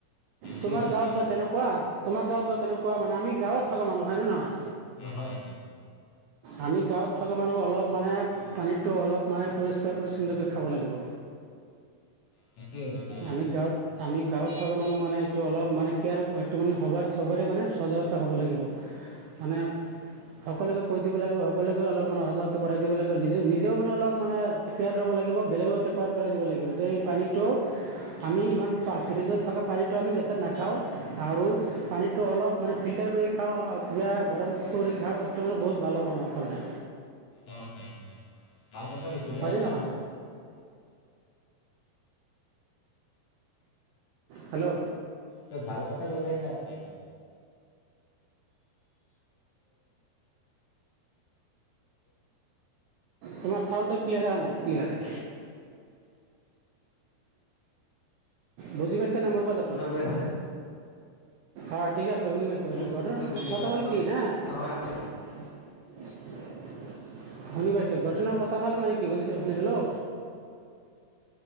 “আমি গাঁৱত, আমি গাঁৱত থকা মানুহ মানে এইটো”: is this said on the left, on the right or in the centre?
Right